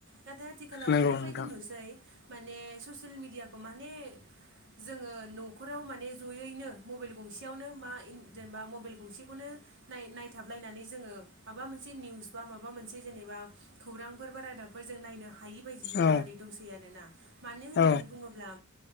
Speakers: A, on the right (about 60°); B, on the left (about 50°).
A: नाथाय आथिखालाव
B: नंगौ
A: ओरैबायदि
B: नोंथां
A: नुसै माने ससियेल मेडियाखौ माने जोङो न'खराव माने जयैनो मबाइल गंसेयावनो मा जेनेबा मबाइल गंसेखौनो नाय-नायथाबलायनानै जोङो माबा मोनसे निउस बा माबा मोनसे जेनेबा खौरांफोर बा रादाबफोर जों नायनो हायो। हायि बायदिसो जानानै
B: औ
A: दंसै आरोना मानो होननानै
B: औ
A: बुङोब्ला